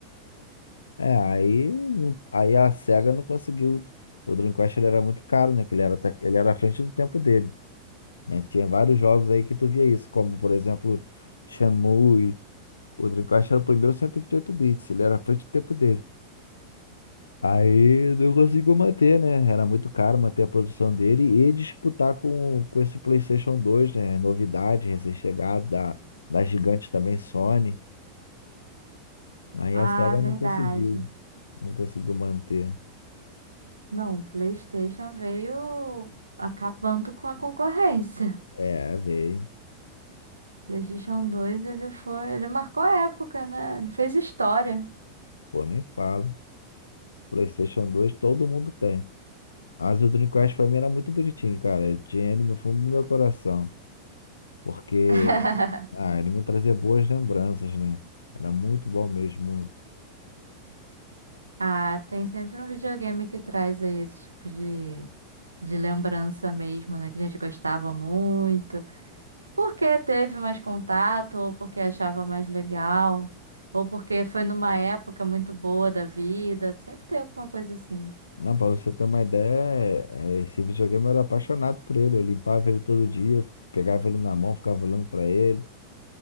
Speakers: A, on the left; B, on the right.
A: É, aí, não- aí a SEGA não conseguiu. O Dreamcast ele era muito caro, né? Que ele era, até- ele era à frente do tempo dele. Né? Tinha vários jogos aí que tu via isso, como por exemplo, Shenmue. O Dreamcast era o primeiro 128 bits, ele era à frente do tempo dele. Aí não conseguiu manter, né? Era muito caro manter a produção dele e disputar com, com esse PlayStation 2, né? Novidade, recém-chegado da, da gigante também, Sony. Aí
B: Ah,
A: a Sega
B: verdade.
A: não conseguiu, não conseguiu manter.
B: Não, o PlayStation veio acabando com a concorrência.
A: É, veio.
B: PlayStation 2, ele foi, ele marcou a época, né? Ele fez história.
A: Pô, nem fala. PlayStation 2 todo mundo tem. Mas o Dreamcast pra mim era muito bonitinho, cara. Eu tinha ele no fundo do meu coração. Porque
B: <laughs>
A: Ah, ele me trazia boas lembranças, né? Era muito bom mesmo.
B: Ah, tem sempre um videogame que traz aí esse tipo de, de lembrança mesmo, né? Que a gente gostava muito. Porque teve mais contato, ou porque achava mais legal, ou porque foi numa época muito boa da vida. Sempre tem alguma coisa assim.
A: Não, pra você ter uma ideia, é, esse videogame eu era apaixonado por ele. Eu limpava ele todo dia, eu pegava ele na mão, ficava olhando pra ele,